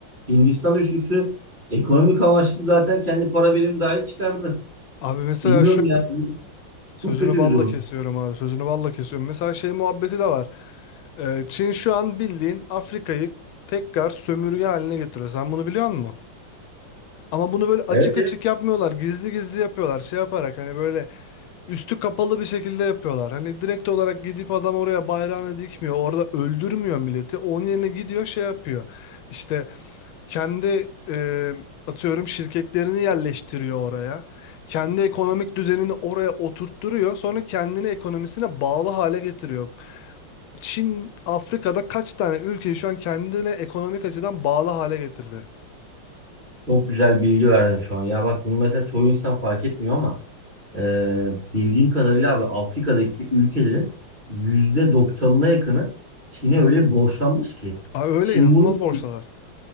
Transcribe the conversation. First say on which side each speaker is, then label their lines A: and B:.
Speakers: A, on the right; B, on the left.
A: Hindistan üçlüsü ekonomik amaçlı zaten kendi para birimi dahi çıkardı.
B: Abi mesela
A: Bilmiyorum
B: şu
A: ya.
B: an
A: bu
B: sözünü
A: Çok kötü
B: balla
A: bir durum.
B: kesiyorum abi. Sözünü balla kesiyorum. Mesela şey muhabbeti de var. Ee, Çin şu an bildiğin Afrika'yı tekrar sömürge haline getiriyor. Sen bunu biliyor musun? Ama bunu böyle açık
A: Evet.
B: açık yapmıyorlar. Gizli gizli yapıyorlar. Şey yaparak hani böyle üstü kapalı bir şekilde yapıyorlar. Hani direkt olarak gidip adam oraya bayrağını dikmiyor. Orada öldürmüyor milleti. Onun yerine gidiyor şey yapıyor. İşte kendi e, atıyorum şirketlerini yerleştiriyor oraya. Kendi ekonomik düzenini oraya oturtturuyor. Sonra kendini ekonomisine bağlı hale getiriyor. Çin, Afrika'da kaç tane ülkeyi şu an kendine ekonomik açıdan bağlı hale getirdi.
A: Çok güzel bilgi verdin şu an. Ya bak bunu mesela çoğu insan fark etmiyor ama Ee, bildiğim kadarıyla abi Afrika'daki ülkelerin yüzde doksanına yakını Çin'e öyle borçlanmış ki.
B: Aa, öyle
A: Çin
B: inanılmaz
A: bunu
B: borçlular.